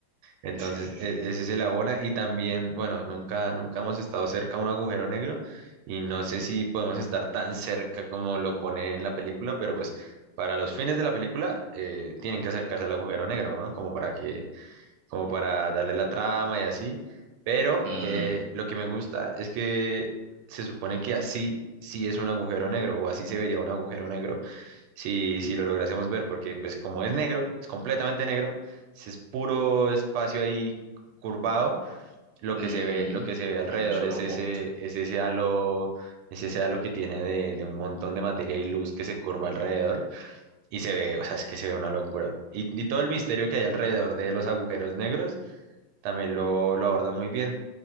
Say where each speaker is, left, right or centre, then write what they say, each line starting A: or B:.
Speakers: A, on the right (about 90°); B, on the right (about 60°).
A: Entonces,
B: Sí, sí, sí.
A: e- ese se la abona y también, bueno, nunca, nunca hemos estado cerca a un agujero negro y no sé si podemos estar tan cerca como lo pone en la película, pero pues para los fines de la película eh, tienen que acercarse al agujero negro, ¿no? Como para que, como para darle la trama y así. Pero
B: Mm,
A: eh, lo que me gusta es que se supone que así sí es un agujero negro o así se vería un agujero negro si, si lo lográsemos ver, porque pues como es negro, es completamente negro, es puro espacio ahí curvado, lo
B: ujú,
A: que se ve, lo que se ve alrededor
B: En un solo
A: es ese,
B: punto.
A: es ese halo, es ese halo que tiene de, de un montón de materia y luz que se curva alrededor y se ve, o sea, es que se ve una locura. Y, y todo el misterio que hay alrededor de los agujeros negros también lo, lo abordan muy bien,